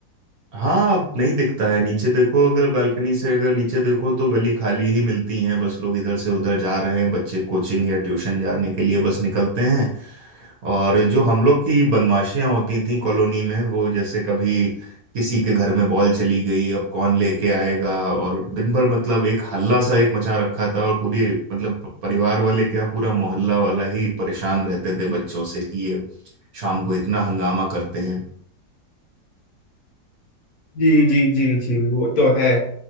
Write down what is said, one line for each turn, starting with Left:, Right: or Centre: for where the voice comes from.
Right: हाँ अब नहीं दिखता है नीचे देखो अगर बालकनी से अगर नीचे देखो तो गली खाली ही मिलती हैं बस लोग इधर से उधर जा रहे हैं बच्चे कोचिंग या ट्यूशन जाने के लिए बस निकलते हैं और जो हम लोग की बदमाशियां होती थी कॉलोनी में वो जैसे कभी किसी के घर में बॉल चली गई अब कौन लेके आएगा और दिन भर मतलब एक हल्ला सा एक मचा रखा था और पूरे मतलब प- परिवार वाले क्या पूरा मोहल्ला वाला ही परेशान रहते थे बच्चों से कि ये शाम को इतना हंगामा करते हैं
Left: जी जी जी जी वो तो है